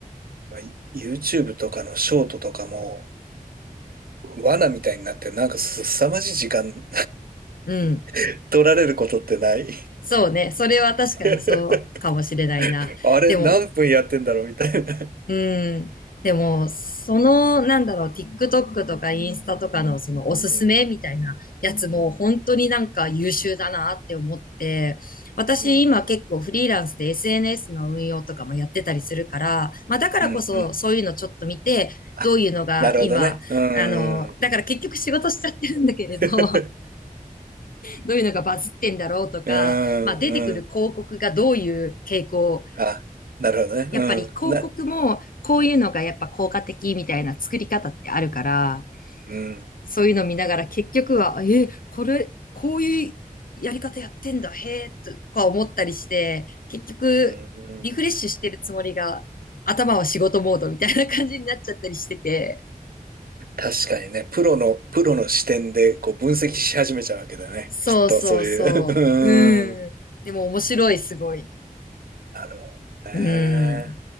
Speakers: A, on the right; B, on the left.
A: まあ、YouTube とかのショートとかも、罠みたいになって、なんかすさまじい時間
B: うん。
A: <laughs> 取られることってない
B: そうね。それは確かにそうかもしれないな。
A: <laughs> あれ、
B: でも、
A: 何分やってんだろうみたいな。
B: うん。でも、その、なんだろう、TikTok とかインスタとかのそのおすすめみたいなやつも本当になんか優秀だなって思って、
A: うん。
B: 私今結構フリーランスで
A: うん。
B: SNS の運用とかもやってたりするから、まあだからこそそういうのちょっと見て、
A: うん。うん。うん。あ、
B: どういうのが今、
A: なるほどね。うん。
B: あの、だから結局仕事しちゃってるんだけれど、
A: <laughs>
B: <laughs> どういうのがバズってんだろうとか、
A: うん。
B: まあ出てくる広告がどういう傾向、
A: うん。あ、なるほどね。
B: やっぱり広告もこういうのがやっぱ効果的みたいな作り方ってあるから、
A: うん。な、うん。
B: そういうの見ながら結局は、え、これ、こういうやり方やってんだ、へえ、とか思ったりして、結局リフレッシュしてるつもりが頭は仕事モードみたいな感じになっちゃったりしてて、
A: うん。確かにね、プロの、プロの視点でこう分析し始めちゃうわけだね。
B: そうそうそう。
A: きっとそういう。<laughs> うん。
B: うん。でも面白い、すごい。
A: なるほどね。
B: うん。